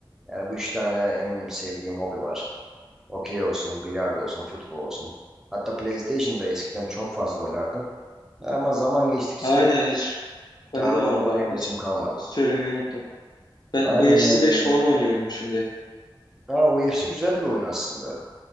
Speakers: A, in the centre; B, on the left (about 50°).
A: Yani bu üç tane en sevdiğim hobi var. Okey olsun, bilardo olsun, futbol olsun. Hatta PlayStation'da eskiden çok fazla oynardım. Ama zaman geçtikçe
B: Ha, Aynen hiç bende
A: daha
B: de
A: oynamaya
B: vardı o.
A: hevesim
B: Hiç
A: kalmadı.
B: söylemeyi unuttum. Ben
A: Aynen
B: UFC
A: yani.
B: 5 falan oynuyorum şimdi.
A: Ha, UFC güzel bir oyun aslında.